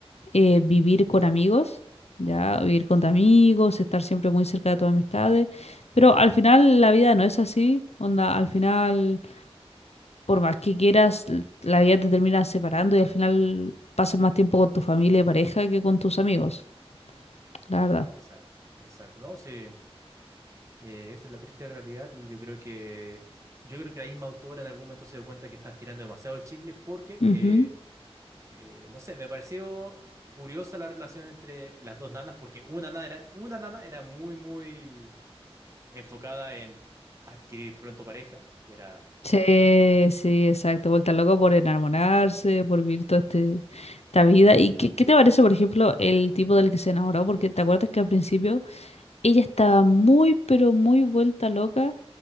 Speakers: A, on the left (about 85°); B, on the right (about 30°).
A: eh, vivir con amigos, ya,
B: Ujú.
A: vivir con tus amigos, estar siempre muy cerca de tus amistades, pero al final la vida no es así, onda, al final, por más que quieras, l- la vida te termina separando y al final pasas más tiempo con tu familia y pareja que con tus amigos, la verdad.
B: Exacto, exacto, ¿no? Sí, eh, esa es la triste realidad y yo creo que yo creo que la misma autora en algún momento se dio cuenta que estás tirando demasiado el chicle porque,
A: Ujú.
B: eh, eh, no sé, me pareció curiosa la relación entre las dos nanas porque una nana era, una nana era muy, muy enfocada en adquirir pronto pareja, que era...
A: Sí, sí, exacto. Vuelta loco por enamorarse, por vivir toda este, esta vida.
B: Ujú.
A: ¿Y qué, qué te parece, por ejemplo, el tipo del que se enamoró? Porque te acuerdas que al principio ella estaba muy, pero muy vuelta loca